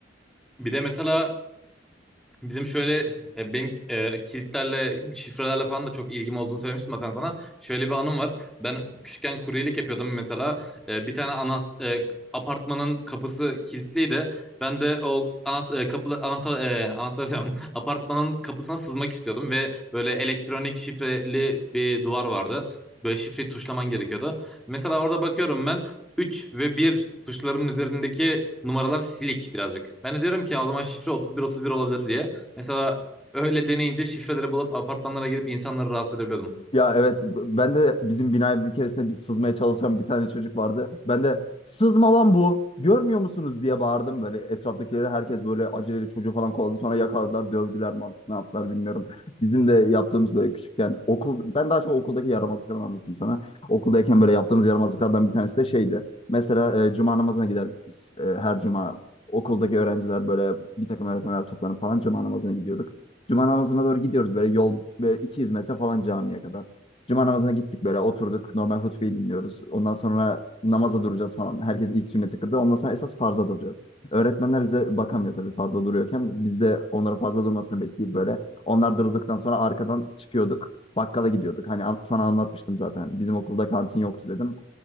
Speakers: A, in the centre; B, on the left.
A: Bir de mesela Bizim şöyle e, benim e, kilitlerle, şifrelerle falan da çok ilgim olduğunu söylemiştim zaten sana. Şöyle bir anım var. Ben küçükken kuryelik yapıyordum mesela. E, bir tane ana e, apartmanın kapısı kilitliydi. Ben de o anahtar e, kapı anahtar e, anahtar diyorum. <laughs> apartmanın kapısına sızmak istiyordum ve böyle elektronik şifreli bir duvar vardı. Böyle şifreyi tuşlaman gerekiyordu. Mesela orada bakıyorum ben 3 ve bir tuşlarının üzerindeki numaralar silik birazcık. Ben de diyorum ki o zaman şifre 31-31 olabilir diye. Mesela öyle deneyince şifreleri bulup apartmanlara girip insanları rahatsız edebiliyordum.
B: Ya evet ben de bizim binaya bir keresinde bir sızmaya çalışan bir tane çocuk vardı. Ben de sızma lan bu görmüyor musunuz diye bağırdım böyle etraftakileri herkes böyle aceleyle çocuğu falan kovaladı sonra yakaladılar dövdüler mi artık ne yaptılar bilmiyorum. Bizim de yaptığımız böyle küçükken okul ben daha çok okuldaki yaramazlıkları anlatayım sana. Okuldayken böyle yaptığımız yaramazlıklardan bir tanesi de şeydi. Mesela e, cuma namazına giderdik biz e, her cuma okuldaki öğrenciler böyle bir takım öğretmenler toplanıp falan cuma namazına gidiyorduk. Cuma namazına doğru gidiyoruz böyle yol böyle 200 metre falan camiye kadar. Cuma namazına gittik böyle oturduk normal hutbeyi dinliyoruz. Ondan sonra namaza duracağız falan. Herkes ilk sünneti kırdı. Ondan sonra esas farza duracağız. Öğretmenler bize bakamıyor tabii farza duruyorken. Biz de onların farza durmasını bekleyip böyle. Onlar durduktan sonra arkadan çıkıyorduk. Bakkala gidiyorduk. Hani an- sana anlatmıştım zaten. Bizim okulda kantin yoktu dedim.